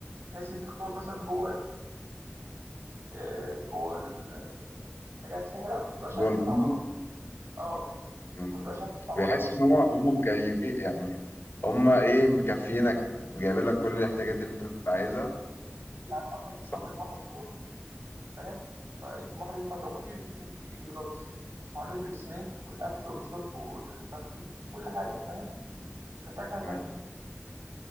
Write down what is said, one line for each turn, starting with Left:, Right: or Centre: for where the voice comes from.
Right: بحيث أنت تقعد مثلا جوه آه، جوه المنتجات السحره ما تبقاش
Left: جوه
Right: عايز
Left: الفندق
Right: تطلع بره اه
Left: مم.
Right: ما تبقاش عايز تطلع
Left: بيحس
Right: بره مش
Left: ان
Right: عارف
Left: هم هم مكيفين يعني هما ايه مكفينك جايبين لك كل الاحتياجات اللي انت بتبقى عايزها
Right: إيه، يعني عندك
Left: صح
Right: عندك بحر جوه فاهم فالبحر ينفع تعوم فيه وينفع تعمل فيه غطس وعندك البسينات والاكل والشرب والترفيه كل حاجه فاهم مش محتاج حاجه
Left: مم.
Right: تانيه